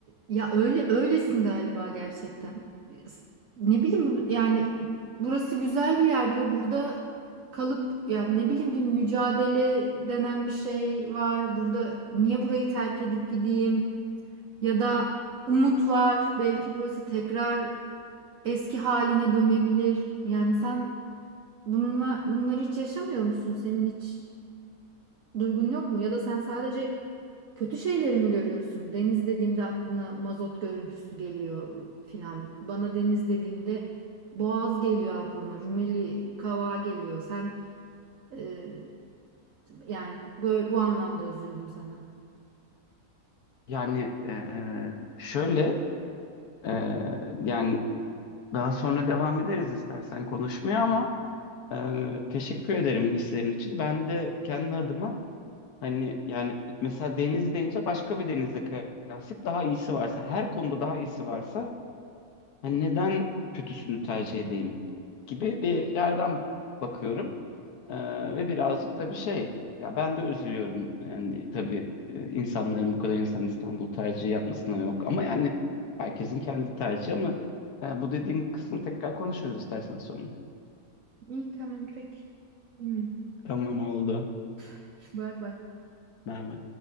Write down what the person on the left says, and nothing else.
Yani eee, şöyle eee, yani daha sonra devam ederiz istersen konuşmaya ama eee, teşekkür ederim hislerin için. Ben de kendi adıma hani yani mesela deniz deyince başka bir denizle kıyaslayıp daha iyisi varsa her konuda daha iyisi varsa Hani neden kötüsünü tercih edeyim gibi bir yerden bakıyorum. Ee, ve birazcık tabii şey, ya ben de üzülüyorum. Yani tabii e, insanların bu kadar insan İstanbul tercihi yapmasına yok. Ama yani herkesin kendi tercihi ama e, bu dediğin kısmı tekrar konuşuruz istersen sonra.
Tamam oldu.
Merhaba.